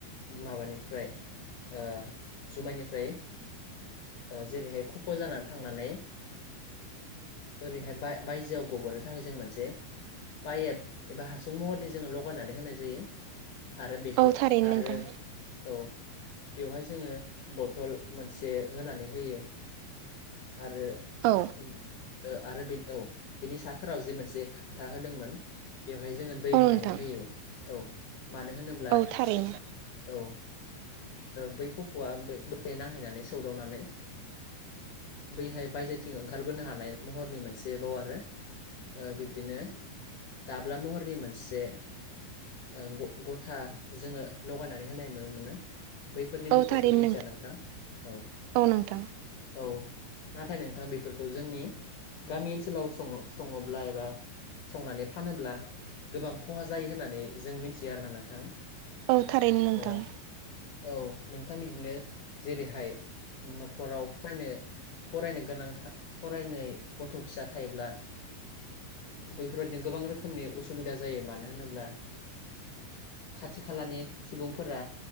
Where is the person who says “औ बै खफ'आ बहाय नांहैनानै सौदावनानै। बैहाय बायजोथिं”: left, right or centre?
Left